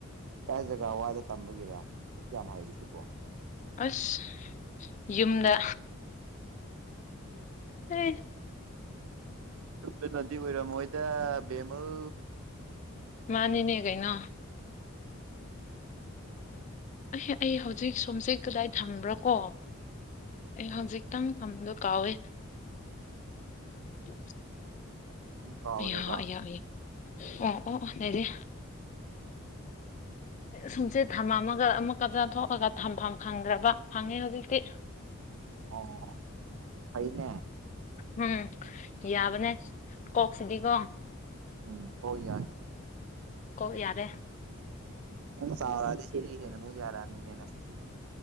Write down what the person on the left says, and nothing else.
ꯑꯁ ꯌꯨꯝꯗ ꯍ
ꯃꯥꯅꯤꯅꯦ ꯀꯥꯏꯩꯅꯣ ꯑꯩ ꯑꯩ ꯍꯧꯖꯤꯛ ꯁꯣꯝꯁꯦ ꯀꯗꯥꯏ ꯊꯝꯕ꯭ꯔꯥ ꯀꯣ ꯑꯩ ꯍꯧꯖꯤꯛꯇꯪ ꯊꯝꯕꯗꯣ ꯀꯥꯎꯋꯦ ꯍ
ꯌꯥ ꯌꯥꯏ ꯑꯣ ꯑꯣ ꯑꯣ ꯂꯩꯗꯤꯦ ꯁꯨꯝꯆꯦ ꯊꯝ ꯑꯃꯒ ꯑꯃꯨꯛꯀ ꯆꯥꯊꯣꯛꯑꯒ ꯊꯝꯐꯝ ꯐꯪꯗ꯭ꯔꯕ ꯐꯪꯉꯦ ꯍꯧꯖꯤꯛꯇꯤ <inaudible>
ꯎꯝ ꯌꯥꯕꯅꯦ ꯀꯣꯛꯁꯤꯗꯤꯀꯣ
ꯀ ꯌꯥꯔꯦ